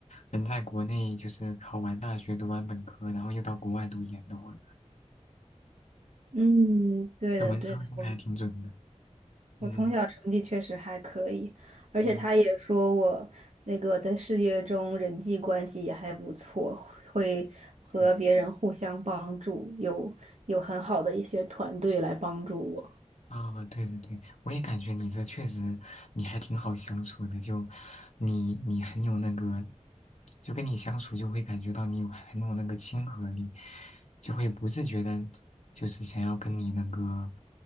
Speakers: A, on the left; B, on the right.
A: 能在国内就是考完大学、读完本科，然后又到国外读研的话，
B: 嗯，对的，
A: 这文昌星还挺准的。
B: 对的，我我从小成绩确实还可以，
A: 嗯，
B: 而且他也说我那个在事业中人际关系也还不错，
A: 哦，
B: 会和别人互相帮助，
A: 对呀。
B: 有有很好的一些团队来帮助我。
A: 啊，对对对，我也感觉你这确实你还挺好相处的，就你你很有那个，就跟你相处就会感觉到你有很有那个亲和力，就会不自觉的，就是想要跟你那个